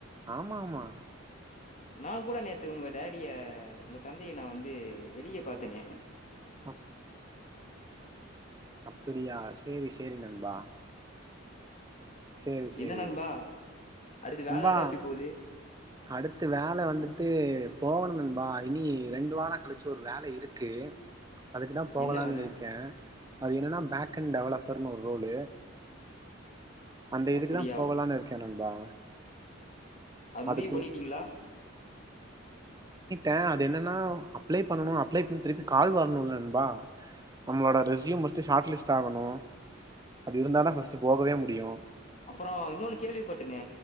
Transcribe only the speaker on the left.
நா கூட நேத்து உங்க டாடிய உங்க தந்தைய நா வந்து வெளிய பாத்தனே
என்ன நண்பா அடுத்து வேல
எல்லா எப்டி போகுது
என்ன வேல?
அப்படியா?
அது முடிவு
பண்ணிட்டீங்ளா
அப்பறோ இன்னோனு கேள்விப்பட்டனே